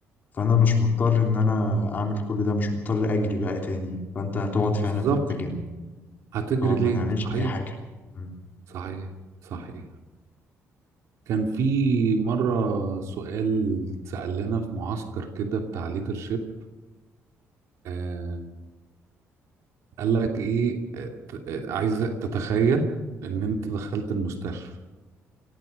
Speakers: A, on the left; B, on the right.
A: فانا مش مضطر ان انا اعمل كل ده مش مضطر اجري بقى تاني فانت هتقعد فعلا
B: بالظبط
A: تستجم
B: هتجري
A: تقعد
B: ليه
A: ما تعملش
B: صحيح
A: أي حاجة مم.
B: صحيح صحيح كان في مرة سؤال اتسأل لنا في معسكر كده بتاع ليدرشيب آه قال لك ايه آه، ت- آه، عايزة تتخيل ان انت دخلت المستشفى